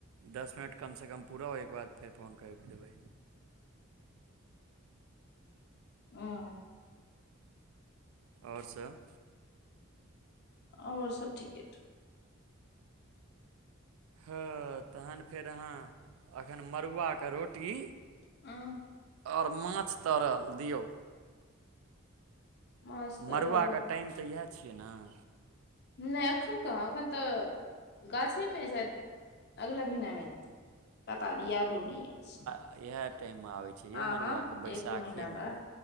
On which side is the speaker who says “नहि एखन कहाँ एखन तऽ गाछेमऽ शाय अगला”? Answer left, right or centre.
Left